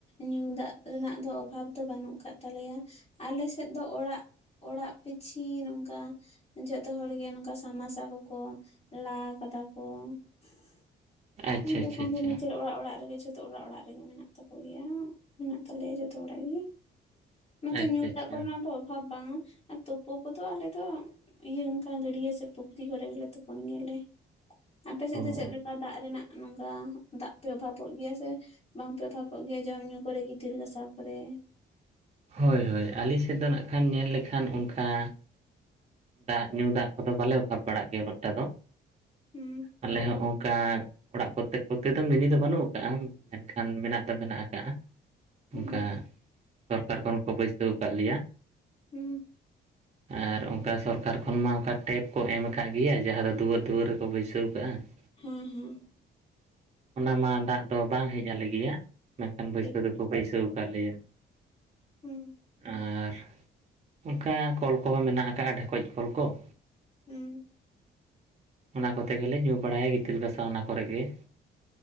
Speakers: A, on the left; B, on the right.
A: ᱧᱩ ᱫᱟᱜ ᱨᱮᱱᱟᱜ ᱫᱚ ᱚᱵᱷᱟᱵᱽ ᱫᱚ ᱵᱟᱹᱱᱩᱜ ᱟᱠᱟᱜ ᱛᱟᱞᱮᱭᱟ ᱾ ᱟᱞᱮ ᱥᱮᱫ ᱫᱚ ᱚᱲᱟᱜ ᱚᱲᱟᱜ ᱯᱤᱪᱷᱤ ᱱᱚᱝᱠᱟ ᱡᱚᱛᱚ ᱦᱚᱲ ᱜᱮ ᱱᱚᱝᱠᱟ ᱥᱟᱢ ᱢᱟᱨᱥᱟᱞ ᱠᱚᱠᱚ ᱞᱟ ᱠᱟᱫᱟ ᱠᱚ ᱾
B: ᱟᱪᱪᱷᱟ
A: <unintelligible>
B: ᱟᱪᱪᱷᱟ ᱟᱪᱪᱷᱟ
A: ᱜᱮ ᱱᱤᱡᱮᱨ ᱚᱲᱟᱜ ᱚᱲᱟᱜ ᱨᱮᱜᱮ ᱡᱚᱛᱚ ᱚᱲᱟᱜ ᱚᱲᱟᱜ ᱨᱮᱜᱮ ᱢᱮᱱᱟᱜ ᱛᱟᱠᱚ ᱜᱮᱭᱟ, ᱢᱮᱱᱟᱜ ᱛᱟᱞᱮᱭᱟ ᱡᱚᱛᱚ ᱚᱲᱟᱜ ᱜᱮ ᱾ ᱚᱱᱟᱛᱮ
B: ᱟᱪᱪᱷᱟ
A: ᱧᱩ
B: ᱟᱪᱪᱷᱟ
A: ᱫᱟᱜ ᱠᱚᱨᱮᱱᱟᱜ ᱫᱚ ᱚᱵᱷᱟᱵᱽ ᱵᱟᱝᱼᱟ ᱾ ᱟᱨ ᱛᱳᱯᱳ ᱠᱚᱫᱚ ᱟᱞᱮ ᱫᱚ ᱤᱭᱟᱹ ᱚᱱᱠᱟ ᱜᱟᱹᱰᱭᱟᱹ ᱥᱮ ᱯᱩᱠᱷᱨᱤ ᱠᱚᱨᱮ ᱜᱮᱞᱮ ᱛᱩᱯᱳᱱ ᱜᱮᱭᱟᱞᱮ ᱾ ᱟᱯᱮ ᱥᱮᱫ
B: ᱚ᱾
A: ᱫᱚ ᱪᱮᱫᱞᱮᱠᱟ ᱫᱟᱜ ᱨᱮᱱᱟᱜ ᱱᱚᱝᱠᱟ ᱫᱟᱜ ᱯᱮ ᱚᱵᱷᱟᱵᱚᱜ ᱜᱮᱭᱟ? ᱛᱮ ᱵᱟᱝᱯᱮ ᱚᱵᱷᱟᱯᱚᱜ ᱜᱮᱭᱟ ᱡᱚᱢᱧᱩ ᱠᱚᱨᱮ ᱜᱤᱛᱤᱞ ᱦᱟᱥᱟᱣ ᱠᱚᱨᱮ?
B: ᱦᱳᱭ ᱦᱳᱭ, ᱟᱞᱤ ᱥᱮᱫ ᱫᱚ ᱱᱟᱜ ᱠᱷᱟᱱ ᱧᱮᱞ ᱞᱮᱠᱷᱟᱱ ᱚᱱᱠᱷᱟ ᱫᱟᱜ ᱧᱩ ᱫᱟᱜ ᱠᱚᱫᱚ ᱵᱟᱞᱮ ᱚᱵᱷᱟᱵᱽ ᱵᱟᱲᱟᱜ ᱜᱮᱭᱟ ᱱᱚᱛᱮ ᱫᱚ ᱾
A: ᱦᱩᱸ ᱾
B: ᱟᱞᱮ ᱦᱚᱸ ᱚᱱᱠᱟ ᱚᱲᱟᱜ ᱯᱨᱚᱛᱛᱮᱠ ᱯᱨᱚᱛᱛᱮᱠ ᱫᱚ ᱢᱤᱱᱤ ᱫᱚ ᱵᱟᱹᱱᱩᱜ ᱟᱠᱟᱜᱼᱟ, ᱢᱮᱱᱠᱷᱟᱱ ᱢᱮᱱᱟᱜ ᱫᱚ ᱢᱮᱱᱟᱜ ᱟᱠᱟᱜᱼᱟ ᱾
A: ᱦᱩᱸ
B: ᱚᱱᱠᱟ ᱥᱚᱨᱠᱟᱨ ᱠᱷᱚᱱ ᱠᱚ ᱵᱟᱹᱭᱥᱟᱹᱣ ᱟᱠᱟᱫ ᱞᱮᱭᱟ ᱾
A: ᱦᱩᱸ ᱾
B: ᱟᱨ ᱚᱱᱠᱟ ᱥᱚᱨᱠᱟᱨ ᱠᱷᱚᱱ ᱢᱟ ᱚᱱᱠᱟ ᱴᱮᱯ ᱠᱚ ᱮᱢ ᱠᱟᱜ ᱜᱮᱭᱟ, ᱡᱟᱦᱟᱸ ᱫᱚ ᱫᱩᱣᱟᱹᱨ ᱫᱩᱣᱟᱹᱨ ᱨᱮᱠᱚ ᱵᱟᱹᱭᱥᱟᱹᱣ ᱠᱟᱜᱼᱟ ᱾
A: ᱦᱮᱸ ᱦᱩᱸ ᱾
B: ᱚᱱᱟ ᱢᱟ ᱫᱟᱜ ᱫᱚ ᱵᱟᱝ ᱦᱮᱡ ᱟᱞᱮᱜᱮᱭᱟ, ᱢᱮᱱᱠᱷᱟᱱ ᱵᱟᱹᱭᱥᱟᱹᱣ
A: ᱴᱷᱤᱠ
B: ᱫᱚᱠᱚ ᱵᱟᱹᱭᱥᱟᱹᱣ ᱟᱠᱟᱫ ᱞᱮᱭᱟ ᱾
A: ᱦᱩᱸ ᱾
B: ᱟᱨ ᱚᱱᱠᱟ ᱠᱚᱞ ᱠᱚᱦᱚᱸ ᱢᱮᱱᱟᱜ ᱟᱠᱟᱜᱼᱟ, ᱰᱷᱮᱠᱚᱡ ᱠᱚᱞ ᱠᱚ ᱾
A: ᱦᱩᱸ ᱾
B: ᱚᱱᱟ ᱠᱚᱛᱮ ᱜᱮᱞᱮ ᱧᱩ ᱵᱟᱲᱟᱭᱟ ᱜᱤᱛᱤᱞ ᱜᱟᱥᱟᱣ ᱚᱱᱟ ᱠᱚᱨᱮ ᱜᱮ ᱾